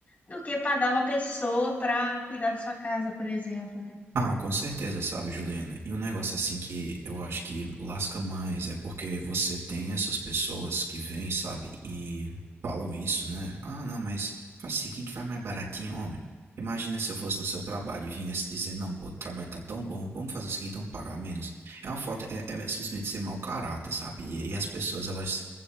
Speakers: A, on the left; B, on the right.
A: do que pagar uma pessoa para cuidar da sua casa, por exemplo, né?
B: Ah, com certeza, sabe, Juliana? E um negócio assim que eu acho que lasca mais é porque você tem essas pessoas que vêm, sabe, e falam isso, né? Ah, não, mas faz o seguinte, faz mais baratinho, homem. Imagina se eu fosse no seu trabalho e viesse dizer, não, pô, o trabalho tá tão bom, vamos fazer o seguinte, vamos pagar menos. É uma falta, é, é simplesmente ser mau caráter, sabe? E, e as pessoas, elas